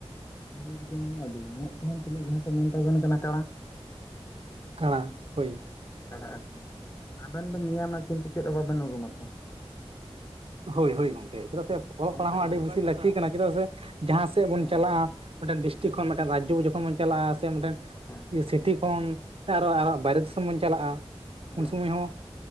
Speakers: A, on the left (about 25°); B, on the right (about 60°).
A: <inaudible> ᱢᱮᱸᱫ ᱛᱟᱦᱮᱱ ᱛᱩᱞᱩᱡ ᱡᱟᱸᱠᱩ ᱢᱮᱱᱛᱟ ᱵᱚᱱ ᱠᱟᱱᱟ ᱠᱟᱬᱟ
B: ᱠᱟᱬᱟ ᱦᱳᱭ
A: ᱠᱟᱱᱟ ᱟᱨ ᱦᱩ ᱟᱵᱮᱱ ᱵᱮᱱ ᱧᱟᱢᱟ ᱠᱤᱱᱛᱩ ᱪᱮᱫ ᱦᱚᱸ ᱵᱟᱵᱮᱱ ᱩᱨᱩᱢᱟ ᱛᱚ
B: ᱦᱳᱭ ᱦᱳᱭ ᱜᱚᱝᱠᱮ ᱪᱮᱫᱟᱜ ᱥᱮ ᱚᱞᱚᱜ
A: ᱚᱱᱠᱟ
B: ᱯᱟᱲᱦᱟᱜ ᱦᱚᱸ ᱟᱹᱰᱤ
A: ᱥᱮ
B: ᱵᱮᱥᱤ ᱞᱟᱹᱠᱛᱤ ᱠᱟᱱᱟ ᱪᱮᱫᱟᱜ ᱥᱮ ᱡᱟᱦᱟᱸ ᱥᱮᱫ
A: ᱦᱮᱸ
B: ᱵᱚᱱ ᱪᱟᱞᱟᱜ-ᱟ ᱢᱤᱫᱴᱮᱱ ᱰᱤᱥᱴᱤᱠ ᱠᱷᱚᱱ ᱢᱤᱫᱴᱮᱱ ᱨᱟᱡᱽᱡᱚ ᱡᱚᱠᱷᱚᱱ ᱵᱚᱱ ᱪᱟᱞᱟᱜ-ᱟ ᱥᱮ ᱢᱤᱫᱴᱮᱱ
A: ᱦᱮᱸ
B: ᱤᱭᱟᱹ ᱥᱮᱴᱤᱠ ᱠᱷᱚᱱ ᱟᱨᱚ ᱟᱨᱚ ᱵᱟᱭᱨᱮ ᱫᱤᱥᱚᱢ ᱵᱚᱱ ᱪᱟᱞᱟᱜ-ᱟ
A: ᱦᱮᱸ
B: ᱩᱱ ᱥᱚᱢᱚᱭ ᱦᱚᱸ